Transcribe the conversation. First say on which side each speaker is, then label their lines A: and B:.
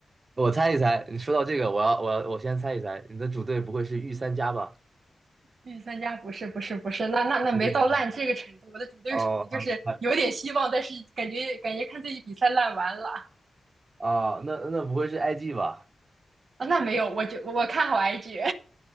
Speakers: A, on the right (about 40°); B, on the right (about 65°).
A: 我猜一猜，你说到这个，我要我要我先猜一猜，你的主队不会是御三家吧？
B: 御三家不是不是不是，那那那没到烂这个程度，
A: 不是御三家
B: 我的主队属于就是有点希望，
A: 哦，还还
B: 但是感觉感觉看自己比赛烂完了
A: 啊，那那不会是 IG 吧？
B: 啊，那没有，我就我看好 IG。